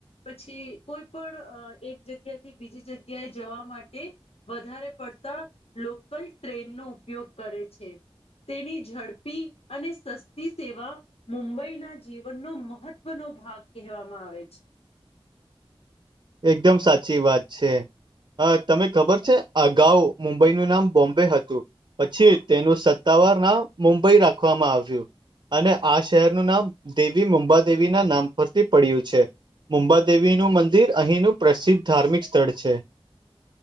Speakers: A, on the left; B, on the right.
A: પછી કોઈ પણ અ એક જગ્યા થી બીજી જગ્યાએ જવા માટે વધારે પડતા લોકલ ટ્રેન નો ઉપયોગ કરે છે. તેની ઝડપી અને સસ્તી સેવા મુંબઈના જીવનનો મહત્વનો ભાગ કહેવામાં આવે છે.
B: એકદમ સાચી વાત છે. હ તમે ખબર છે અગાઉ મુંબઈનું નામ બોમ્બે હતું. પછી તેનું સત્તાવાર નામ મુંબઈ રાખવામાં આવ્યું. અને આ શહેરનું નામ દેવી મુંબાદેવી ના નામ પરથી પડ્યું છે. મુંબાદેવીનું મંદિર અહીંનું પ્રસિદ્ધ ધાર્મિક સ્થળ છે.